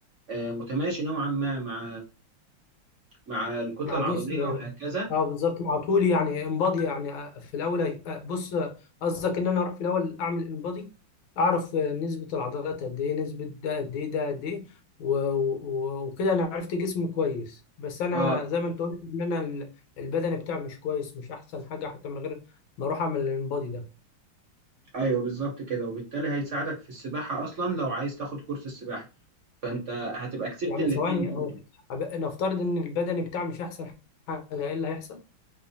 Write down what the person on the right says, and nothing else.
آه، متماشي نوعا ما مع مع الكتلة
العضلية
وهكذا
اه
ايوه بالظبط كده وبالتالي هيساعدك في السباحة أصلا لو عايز تاخد كورس السباحة فأنت هتبقى كسبت
الاتنين
برضو